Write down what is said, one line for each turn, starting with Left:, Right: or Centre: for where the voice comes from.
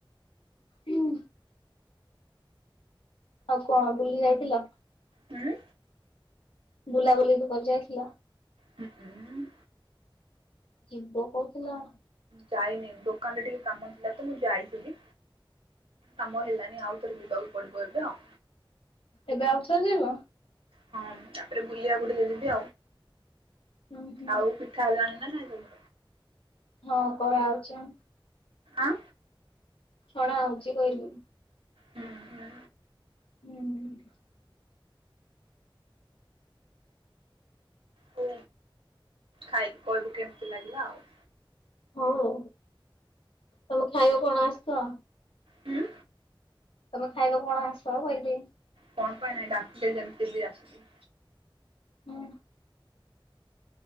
Left: ହୁଁ। ଆଉ କଣ ବୁଲି ଯାଇଥିଲ?
Right: ହୁଁ।
Left: ବୁଲାବୁଲି କରି ଯାଇଥିଲ?
Right: ହୁଁ ଉଁ।
Left: କି ପୁଅ କହୁଥିଲା।
Right: ଯାଇନି ଦୋକାନରେ ଟିକେ କାମ ଥିଲା ତ, ମୁଁ ଯାଇଥିଲି କାମ ହେଲାନି ଆଉ। ଥରେ ଯିବାକୁ ପଡିବ ଏବେ ଆଉ।
Left: ଏବେ ଆଉଥରେ ଯିବ?
Right: ହଁ ତାପରେ ବୁଲିବାକୁ ଟିକେ ଯିବି
Left: ହୁଁ ହୁଁ
Right: ଆଉ। ଖାଇଲଣି ନା ଖାଇନ?
Left: ହଁ କରାହଉଛି।
Right: ଆଁ।
Left: କଣ ଆଉଚି କହିଲୁ?
Right: ହୁଁ ହୁଁ।
Left: ହୁଁ।
Right: ହଉ ଖାଇକି କହିବୁ କେମିତି ଲାଗିଲା ଆଉ।
Left: ହଉ, ତମେ ଖାଇବ କଣ ଆସ
Right: ହୁଁ।
Left: ତମେ ଖାଇବ କଣ ଆସ, କହିଲି।
Right: କଣ ପାଇଁ ନାଇଁ ଡାକିତେ ଯେମିତି ବି ଆସି
Left: ହୁଁ।